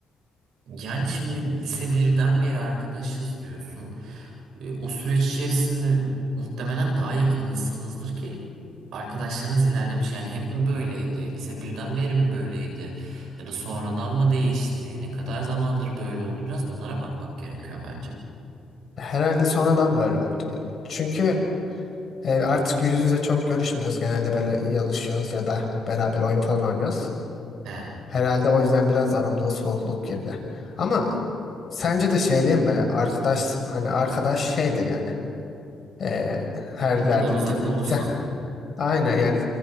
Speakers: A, on the right; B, on the left.
A: Yani şimdi lise birden beri arkadaşız diyorsun. E, o süreç içerisinde muhtemelen daha yakınmışsınızdır ki arkadaşlığınız ilerlemiş. Yani hep mi böyleydi? Lise birden beri mi böyleydi? Ya da sonradan mı değişti? Ne kadar zamandır böyle oldu? Biraz bunlara bakmak gerekiyor bence.
B: Herhalde sonradan böyle oldu. gibi. Çünkü e, artık yüz yüze çok görüşmüyoruz. Genelde böyle yazışıyoruz ya da beraber oyun falan oynuyoruz.
A: He.
B: Herhalde o yüzden biraz aramıza soğukluk girdi. Ama sence de şey değil mi böyle arkadaş hani arkadaş şeydir yani. E, her
A: Ne
B: derdin
A: kadar uzak
B: din.
A: olursan.
B: <laughs> Aynen yani